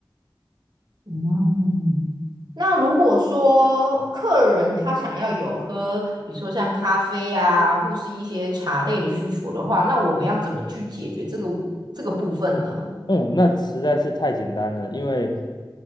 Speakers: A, on the right; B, on the left.
A: 嗯。那如果说客人他想要有喝，比如说像咖啡啊，或是一些茶类的需求的话，那我们要怎么去解决这个这个部分呢？
B: 嗯，那实在是太简单了，因为